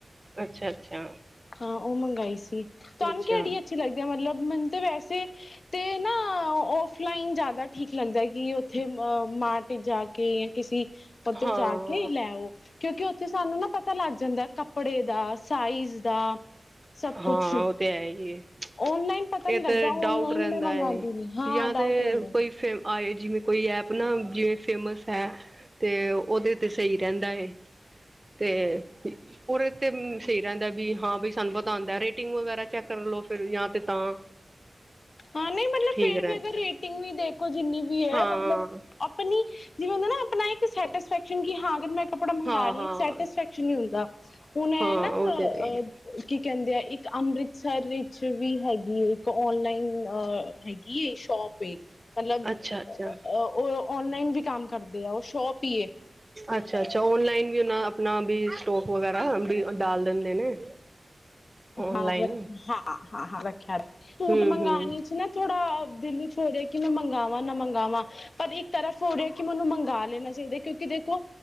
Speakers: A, on the right; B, on the left.
A: ਅੱਛਾ-ਅੱਛਾ
B: ਹਾਂ ਓ ਮੰਗਾਈ ਸੀ ਤੁਹਾਨੂੰ
A: ਅੱਛਾ
B: ਕੇਹੜੀ ਲੱਗਦੀ ਮਤਲਬ ਮੈਨ ਤੇ ਵੈਸੇ ਤੇ ਨਾ ਔਫਲਾਈਨ ਜ਼ਾਦਾ ਠੀਕ ਲੱਗਦਾ। ਕਿ ਉੱਥੇ ਅ ਮਾਰਟ ਜਾ ਕੇ ਜਾਂ ਕਿਸੀ ਉੱਥੇ
A: ਹਾਂ
B: ਜਾ ਕੇ ਲੈਓ। ਕਿਉਂਕਿ ਉੱਥੇ ਸਾਨੂੰ ਨਾ ਪਤਾ ਲੱਗ ਜਾਂਦਾ ਕੱਪੜੇ ਦਾ ਸਾਈਜ਼ ਹਾਂ ਸਭ
A: ਹਾਂ
B: ਕੁਛ
A: ਉਹ ਤੇ ਹੈ ਹੀ ਹੈ
B: ਔਨਲਾਈਨ ਪਤਾ
A: ਇਹ
B: ਨੀ
A: ਤੇ
B: ਲੱਗਦਾ
A: ਡਾਊਟ
B: ਔਨਲਾਈਨ
A: ਰਹਿੰਦਾ
B: ਮੈਂ ਮੰਗਵਾਉਂਦੀ
A: ਹੈ
B: ਨੀ, ਹਾਂ
A: ਜਾਂ
B: ਡਾਊਟ
A: ਤੇ
B: ਰਹਿੰਦਾ।
A: ਕੋਈ ਫੇ ਆਏ ਜਿਵੇਂ ਕੋਈ ਐਪ ਨਾ ਜਿਵੇਂ ਫੇਮਸ ਹੈ ਤੇ ਓਦੇ ਤੇ ਸਈ ਰਹਿੰਦਾ ਏ ਤੇ ਉਰੇ ਤੇ ਸਈ ਰਹੰਦਾ ਵੀ ਹਾਂ ਬਸ ਸਾਨੂੰ ਪਤਾ ਹਉਂਦਾ ਰੇਟਿੰਗ ਵਗੈਰਾ ਚੈੱਕ ਕਰ ਲੋ ਫੇਰ ਯਾ ਤੇ ਤਾਂ
B: ਹਾਂ ਨੀ ਮਤਲਬ
A: ਠੀਕ
B: ਫੇਰ
A: ਰਹਿੰਦਾ
B: ਵੀ ਅਗਰ ਰੇਟਿੰਗ ਵੀ ਦੇਖੋ ਜਿੰਨੀ ਵੀ ਹੈ
A: ਹਾਂ
B: ਮਤਲਬ ਅਪਣੀ ਜਿਵੇਂ ਹੁੰਦਾ ਨਾਂ ਆਪਣਾ ਇੱਕ ਸੈਟਸਫੈਕਸਣ ਕੀ ਹਾਂ ਅਗਰ ਮੈਂ ਕਪੜਾ ਮਗਾ
A: ਹਾਂ
B: ਰਹੀ
A: ਹਾਂ
B: ਆ ਇਕ ਸੈਟਿਸਫੈਕਸ਼ਨ ਨਹੀਂ ਹੁੰਦਾ ਹੁਣ ਐ
A: ਹਾਂ
B: ਨਾ
A: ਉਹ
B: ਅ
A: ਤੇ ਹੈ ਹੀ
B: ਕੀ ਕਹਿੰਦੇ ਆ ਇੱਕ ਅੰਮ੍ਰਿਤਸਰ ਵਿਚ ਵੀ ਹੈਗੀ ਹੈ ਇੱਕ ਔਨਲਾਈਨ ਆ ਹ ਹੈਗੀ ਏ, ਸ਼ੋਪ ਏ, ਮਤਲਬ ਅ
A: ਅੱਛਾ ਅੱਛਾ
B: ਹ ਉਹ ਔ ਔਨਲਾਈਨ ਵੀ ਕੰਮ ਕਰਦੇ ਆ ਉਹ ਸ਼ੋਪ ਹੀ ਏ।
A: ਅੱਛਾ-ਅੱਛਾ ਓਨਲਾਈਨ ਵੀ ਓਨਾ ਆਪਣਾ ਬੀ ਸਟੋਕ ਵਗੈਰਾ ਡਾਲ ਦਿੰਦੇ ਨੇ। ਔਨਲਾਈਨ
B: ਹਾਂ ਰੱਖਿਆ ਹਾਂ-ਹਾਂ, ਹਾਂ ਰੱਖਿਆ ਸੂਟ
A: ਹੂੰ
B: ਮਗਾਨ
A: ਹੂੰ
B: ਚ ਨਾ ਥੋੜਾ ਦਿੱਲ ਚ ਹੋ ਰਹੇ ਕਿ ਮੈ ਮੰਗਾਵਾਂ ਨਾ ਮੰਗਾਵਾਂ ਪਰ ਇੱਕ ਤਰਫ਼ ਹੋ ਰਿਹਾ ਕਿ ਮੈਨੂੰ ਮੰਗਾ ਲੈਣਾ ਚਾਹੀਦਾ ਕਿਉਂਕਿ ਕਿ ਦੇਖੋ